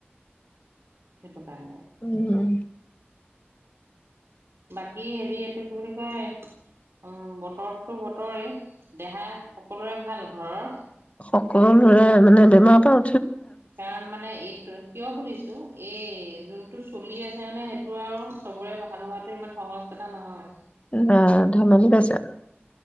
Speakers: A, on the right (about 85°); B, on the left (about 30°).
A: সেইটো কাৰণে।
B: উম।
A: বাকী হেৰি এইটো কি বুলি কয় উ বতৰটো বতৰেই। দেহা সকলোৰে ভাল ঘৰৰ?
B: সকলোৰে মানে বেমাৰ পা
A: কাৰণ মানে এইটো কিয় সুধিছো এই যোনটো চলি আছে মানে সেইটো আৰু চবৰে ভাল হোৱাটো ইমান সহজ কথা নহয়।
B: বা ধেমালি পাইছে।